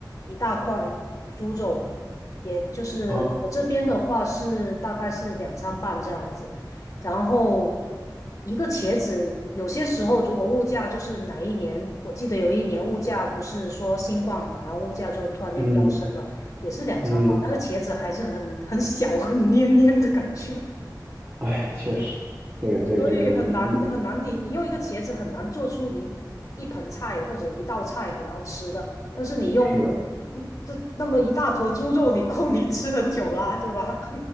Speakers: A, on the left; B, on the right.
A: 一大块猪肘，也就是我这边的话是大概是两三磅这样子，
B: 啊。
A: 然后一个茄子，有些时候如果物价就是哪一年，我记得有一年物价不是说新冠嘛，然后物价就突然间飙升了，
B: 嗯
A: 也是两三磅，
B: 嗯，
A: 那个茄子还是很很小很黏黏的感觉。
B: 哎，确实，这个这个这个，
A: 所以很难很难，
B: 嗯嗯，
A: 你你用一个茄子很难做出一一盆菜或者一道菜很好吃的，但是你用一一这那么一大坨猪肉，
B: 是的，
A: 你够你吃很久啦，对吧？